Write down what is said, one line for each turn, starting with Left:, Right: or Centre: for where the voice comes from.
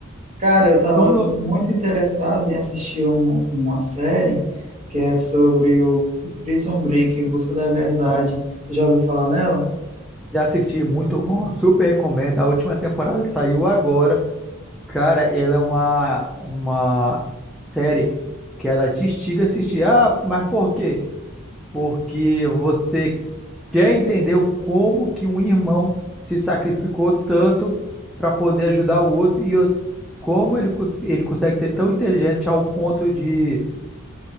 Right: Cara, eu tava
Centre: Ficam loucos.
Right: muito interessado em assistir uma, uma série que é sobre o o Prison Break, Em Busca da Verdade. Já ouviu falar nela?
Centre: Já assisti, muito bom, super recomendo. A última temporada saiu agora. Cara, ela é uma, uma série que ela te instiga a assistir. Ah, mas por quê? Porque você Quer entender o como que um irmão se sacrificou tanto para poder ajudar o outro e outro, como ele, cons- ele consegue ser tão inteligente ao ponto de,